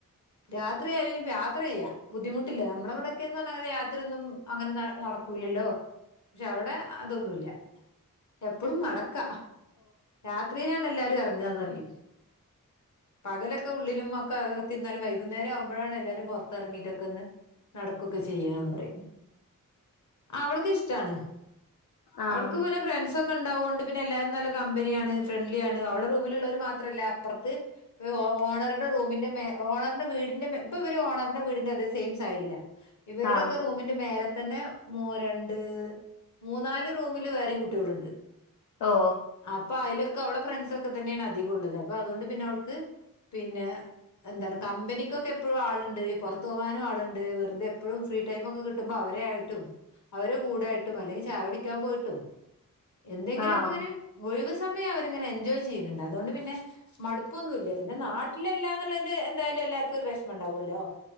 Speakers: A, on the left; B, on the left.
A: രാത്രിയായാലും ഇഞ്പ്പ യാത്ര ചെയ്യാ ബുദ്ധിമുട്ടില്ല നമ്മളവിടെക്കേന്ന് പറഞ്ഞ അങ്ങനെ രാത്രിയൊന്നും അങ്ങനെ ന നടക്കൂൽ ഇല്ലോ പക്ഷേ അവ്ടെ അ അതൊന്നും ഇല്ല എപ്പളും നട ക്ക രാത്രിയിലാണ് എല്ലാരും എറങ്ങാന്നറിയും. പകലൊക്കെ ഉള്ളിലും ഒക്കെ തിര്ന്നാലും വൈകുന്നേരം ആവുമ്പഴാണ് എല്ലാരും പൊറത്തെറങ്ങീട്ടക്കെന്ന് നടക്കൊക്കെ ചെയ്യാന്ന് പറയും ആഹ് അവള്ക്ക് ഇഷ്‌ ടാണ്
B: ആഹ്
A: അവൾക്ക് പിന്നെ ഫ്രെൺസൊ ക്കെണ്ടാവോണ്ട് പിന്നെ എല്ലാരും നല്ല കമ്പനിയാണ് ഫ്രണ്ട്ലി ആണ് അവളെ റൂമില്ള്ളോര് മാത്രല്ല അപ്പറത്ത് ഇപ്പ ഹോ ഓണറുടെ റൂമിന്റെ മേ ഓണറിന്റെ വീടിന്റെ മെ ഇപ്പ ഇവര് ഓണറിന്റെ വീടിന്റെ ഇപ്പം ഇവര് ഓണറിന്റെ വീടിന്റെ അതേ സെയിം സൈഡിലാ ഇവരുടെയൊക്കെ
B: ആഹ്
A: റൂമിന്റെ മേല തന്നെ മോ രണ്ട് മൂന്നാല് റൂമില് വേറെയും കുട്ടി ഒളുണ്ട്
B: ഓ
A: അപ്പൊ അയില് ക്കെ അവളെ ഫ്രണ്ട്സ് ഒക്കെ തന്നെയാണ് അധികം ഉള്ളത് അപ്പൊ അതുകൊണ്ട് പിന്നെ അവൾക്ക് പിന്നെ എന്താണ് കമ്പനിക്കൊക്കെ എപ്പഴും ആളുണ്ട് ഈ പൊറത്ത് പോകാനും ആളോണ്ട് വെറുതെ എപ്പോഴും ഫ്രീ ടൈം ഒക്കെ കിട്ടുമ്പം അവ വരെ ആയിട്ടും അവര് കൂടെ ആയിട്ടും അല്ലെങ്കി ചായ കുടി ക്കാം പോയിട്ടും എന്തെങ്കിലൊക്കെ
B: ആഹ്
A: ഇങ്ങനെ വൊഴിവ് സമയം അവര്ങ്ങനെ എൻജോയ് ചെയ്യുന്നുണ്ട് അ തോണ്ട് പിന്നെ മടുപ്പൊന്നും ഇല്ല പിന്നെ നാട്ടിലല്ലാ എന്നുള്ളൊ ഇട് എന്തായാലും എല്ലാർക്കും ഒരു വെഷ്മണ്ടാവുവല്ലോ